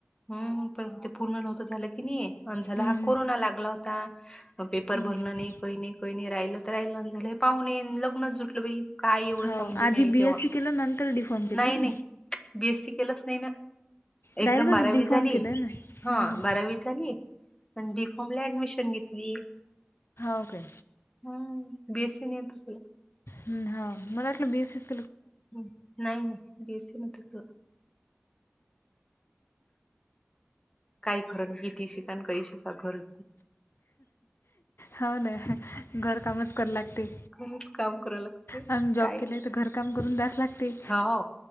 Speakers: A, on the left (about 20°); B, on the left (about 85°).
A: हम पण ते पूर्ण नव्हतं झालं की नाही अ झाला
B: हम्म
A: हा कोरोना लागला होता... मग पेपर
B: हम्म
A: भरणं नाही कोही नाही कोही नाही राहिलं तर राहिलं झालं पाहून ये लग्नच झुटलं बाई... काय एवढं...
B: हाव
A: ज
B: आधी बी
A: तेव्हा
B: एस सी केलं नंतर डी फार्म केलं
A: नाही
B: आहे की
A: नाही बीएससी केलाच नाही ना.... एकदम
B: डायरेक्टच
A: बारावी
B: डी
A: झाली
B: फार्म केलं आहे ना
A: हा
B: हां हां
A: बारावी झाली पण डीफॉम ला ऍडमिशन ली..
B: ओके...
A: हम् बेसी न येतो तला...
B: ह हा मलालं बीसस...
A: नाही नाही बीसी मध्ये ग.. काही खरं नाही किती शिकान काही शिका घर...
B: हव ना घर कामच करा लागते....
A: खरंच काम कराव लागते
B: आणि जॉब
A: काय
B: केले तर घरकाम करून दयास लागते.
A: हो